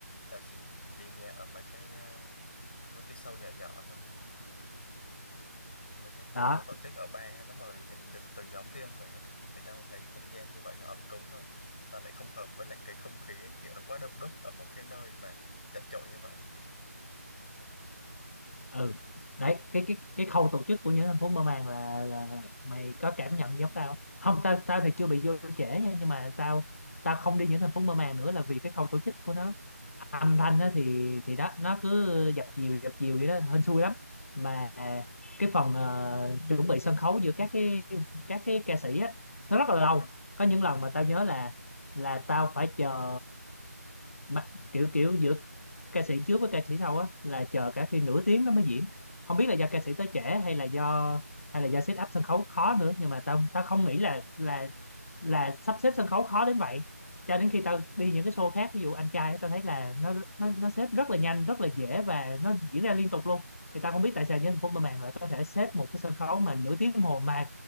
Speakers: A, on the left; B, on the left.
A: tao chỉ đi nghe ở mấy cái ờ, mấy cái show nhỏ nhỏ thôi mấy cái kiểu
B: đó
A: nó tổ chức ở ba nó mời những từng từng nhóm riêng về á. người ta cũng thấy không gian như vậy nó ấm cúng hơn ta lại không hợp với lại cái không khí kiểu nó quá đông đúc ở một cái nơi mà chật chội như vậy
B: ừ đấy cái cái cái khâu tổ chức của những thành phố mơ màng là là mày có cảm nhận giống tao không không, tao tao thì chưa bị vô trễ nha nhưng mà tao tao không đi những thành phố mơ màng nữa là vì cái khâu tổ chức của nó âm thanh á thì thì đó nó cứ dập dìu dập dìu vậy đó hên xui lắm mà cái phần ờ, chuẩn bị sân khấu giữa các cái các cái ca sĩ á nó rất là lâu
A: ừ.
B: có những lần
A: Ừ.
B: mà tao nhớ là là tao phải chờ mà kiểu kiểu giữa ca sĩ trước với ca sĩ sau á là chờ cả khi nửa tiếng nó mới diễn không biết là do ca sĩ tới trễ hay là do hay là do set up sân khấu khó nữa nhưng mà tao tao không nghĩ là là là sắp xếp sân khấu khó đến vậy cho đến khi tao đi những cái show khác ví dụ anh trai á, tao thấy là nó nó nó xếp rất là nhanh rất là dễ và nó diễn ra liên tục luôn thì tao không biết tại sao nhân Thành phố mơ màng lại có thể xếp một cái sân khấu mà nửa tiếng đồng hồ mà